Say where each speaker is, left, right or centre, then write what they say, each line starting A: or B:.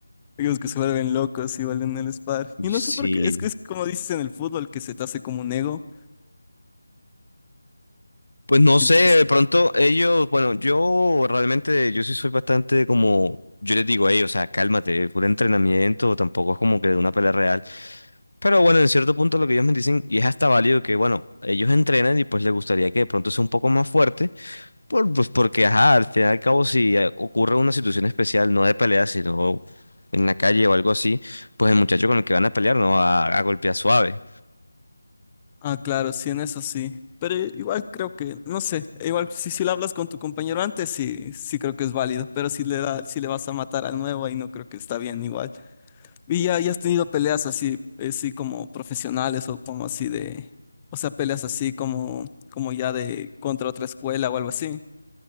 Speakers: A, on the left; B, on the left.
A: Amigos que se vuelven locos igual en el sparring. Y no
B: Sí,
A: sé por qué, es que es como dices en el fútbol que se te hace como un ego.
B: Pues no
A: Entonces,
B: sé, de pronto ellos, bueno, yo realmente, yo sí soy bastante como, yo les digo a ellos, o sea, cálmate, puro entrenamiento, tampoco es como que de una pelea real. Pero bueno, en cierto punto lo que ellos me dicen, y es hasta válido que, bueno, ellos entrenan y pues les gustaría que de pronto sea un poco más fuerte, por, pues porque, ajá, al final y al cabo, si eh, ocurre una situación especial, no de pelea, sino en la calle o algo así, pues el muchacho con el que van a pelear no va a, a golpear suave.
A: ah, claro, sí, en eso sí. Pero igual creo que, no sé, igual si, si lo hablas con tu compañero antes, sí, sí creo que es válido. Pero si le da, si le vas a matar al nuevo, ahí no creo que está bien igual. Y ya, ya has tenido peleas así, eh, sí, como profesionales o como así de, o sea, peleas así como, como ya de contra otra escuela o algo así.